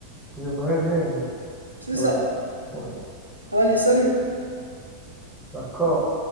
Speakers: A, in the centre; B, on the right.
A: J'aimerais bien.
B: C'est
A: Oui,
B: ça.
A: oui.
B: Allez, salut!
A: D'accord.